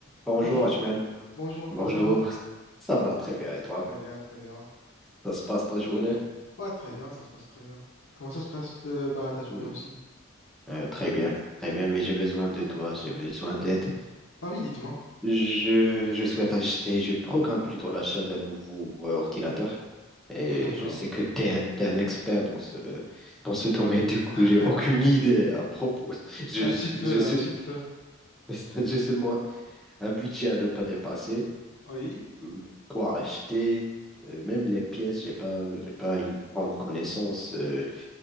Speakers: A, in the centre; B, on the left.
A: Bonjour
B: Bonjour,
A: Achmed.
B: bonjour,
A: Bonjour.
B: comment ça va?
A: Ça va très bien et toi?
B: Très bien, très bien.
A: Ça se passe ta journée?
B: Ouais, très bien, ça se passe très bien. Comment ça se passe, euh, bah, ta journée
A: Mm,
B: aussi?
A: euh, très bien, très bien, mais j'ai besoin de toi, j'ai besoin de l'aide.
B: Ah oui, dites-moi.
A: Je, je souhaite acheter, je programme plutôt l'achat d'un nouveau euh, ordinateur. Et
B: Très bien.
A: je sais que tu es, un expert dans ce, dans ce domaine, du coup,
B: <laughs>
A: j'ai aucune idée à propos. Je,
B: Un
A: suis-
B: petit peu,
A: je suis,
B: un petit peu. un petit peu.
A: <laughs> j'ai seulement un budget à ne pas dépasser.
B: Oui,
A: Mm, Quoi acheter? Euh, Même les pièces, j'ai pas, j'ai pas une grande connaissance. euh,